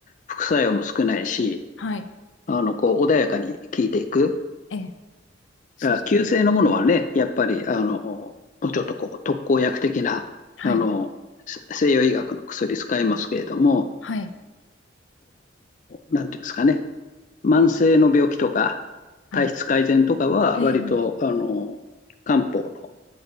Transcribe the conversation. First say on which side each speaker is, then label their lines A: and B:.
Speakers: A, on the left; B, on the left.
A: 副作用も少ないし、
B: はい、
A: あの、こう、穏やかに効いていく。
B: ええ、そう、
A: だから、急性のものはね、やっぱり、あの、もうちょっとこう、特効薬的な、
B: はい、
A: あの、西洋医学の薬使いますけれども、
B: はい、
A: なんていうんですかね、慢性の病気とか、体質改善とかは、
B: はい、ええ、
A: 割と、あの、漢方の